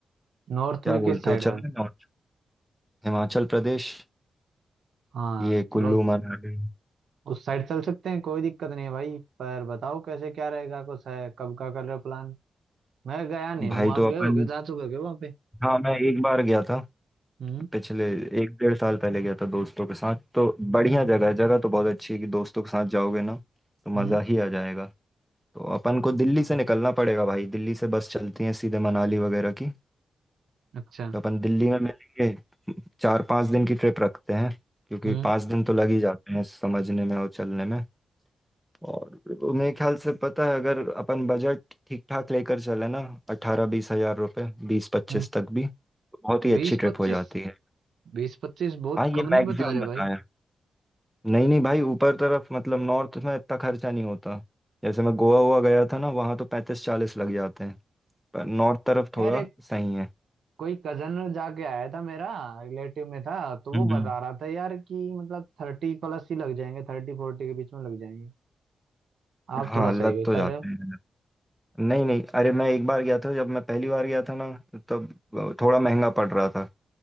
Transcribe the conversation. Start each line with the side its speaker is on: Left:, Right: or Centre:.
Right: नॉर्थ
Centre: क्या
Right: में
Centre: बोलते
Right: किस साइड
Centre: हो
Right: हो
Centre: चलना
Right: भाई
Centre: नॉर्थ हिमाचल प्रदेश
Right: हाँ
Centre: ये
Right: चलो
Centre: कुल्लू मनाली
Right: उस साइड चल सकते हैं कोई दिक्कत नहीं है भाई पर बताओ कैसे क्या रहेगा कुछ है कब का कर रहे हो प्लान मैं गया नहीं हूँ
Centre: भाई
Right: आप
Centre: तो
Right: गए
Centre: अपन
Right: हो क्या जा चुके हो क्या वहाँ पे
Centre: हाँ मैं एक बार गया था
Right: हम्म
Centre: पिछले एक डेढ़ साल पहले गया था दोस्तों के साथ तो बढ़िया जगह है जगह तो बहुत अच्छी है कि दोस्तों के साथ जाओगे ना तो
Right: हम्म
Centre: मज़ा ही आ जाएगा तो अपन को दिल्ली से निकलना पड़ेगा भाई दिल्ली से बस चलती है सीधे मनाली वगैरह की
Right: अच्छा
Centre: तो अपन दिल्ली में मिलेंगे चार पाँच दिन की ट्रिप रखते हैं क्योंकि
Right: हम्म
Centre: पाँच दिन तो लग ही जाते हैं समझने में और चलने में और मेरे ख्याल से पता है अगर अपन बजट ठीक ठाक लेकर चले ना अठारह बीस हजार रुपये बीस पच्चीस
Right: हम्म
Centre: तक भी तो बहुत ही
Right: बीस
Centre: अच्छी ट्रिप
Right: पच्चीस
Centre: हो जाती है
Right: बीस पच्चीस बहुत
Centre: हाँ ये
Right: कम नहीं
Centre: मैक्सिमम
Right: बता रहे
Centre: बताया
Right: भाई
Centre: नहीं नहीं भाई ऊपर तरफ मतलब नॉर्थ में इतना खर्चा नहीं होता जैसे मैं गोवा हुआ गया था ना वहाँ तो पैंतीस चालीस लग जाते हैं पर नॉर्थ तरफ थोड़ा
Right: यार एक
Centre: सही है
Right: कोई कजन जाके आया था मेरा रिलेटिव में था तो
Centre: हम्म
Right: वो
Centre: हम्म।
Right: बता रहा था यार कि मतलब थर्टी प्लस ही लग जाएंगे थर्टी फोर्टी के बीच में लग जाएंगे आप
Centre: हाँ
Right: थोड़ा सही
Centre: लग
Right: बता
Centre: तो जाते
Right: रहे हो
Centre: हैं नहीं नहीं अरे मैं एक बार गया था जब मैं पहली बार गया था ना तब थोड़ा महंगा पड़ रहा था